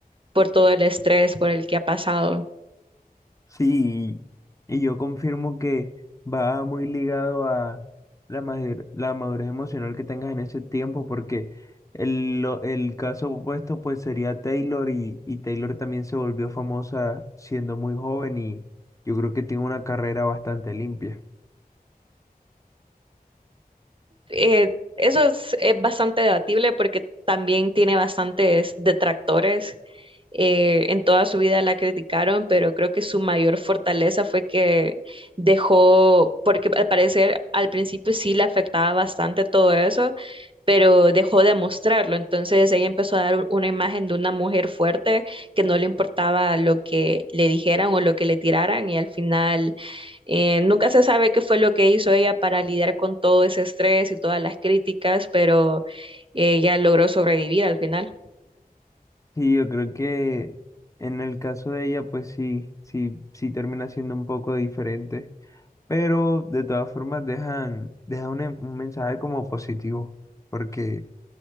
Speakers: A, on the right; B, on the left.
A: por todo el estrés por el que ha pasado.
B: Sí, y yo confirmo que va muy ligado a la, madu- la madurez emocional que tengas en ese tiempo, porque el, lo- el caso opuesto pues sería Taylor y, y Taylor también se volvió famosa siendo muy joven y yo creo que tiene una carrera bastante limpia.
A: eh, eso es, es bastante debatible porque también tiene bastantes detractores. Eh, en toda su vida la criticaron, pero creo que su mayor fortaleza fue que dejó, porque al parecer al principio sí le afectaba bastante todo eso, pero dejó de mostrarlo. Entonces ella empezó a dar u- una imagen de una mujer fuerte que no le importaba lo que le dijeran o lo que le tiraran y al final eh, nunca se sabe qué fue lo que hizo ella para lidiar con todo ese estrés y todas las críticas, pero ella logró sobrevivir al final.
B: Sí, yo creo que en el caso de ella, pues sí, sí, sí termina siendo un poco diferente, pero de todas formas dejan, deja un, em- un mensaje como positivo, porque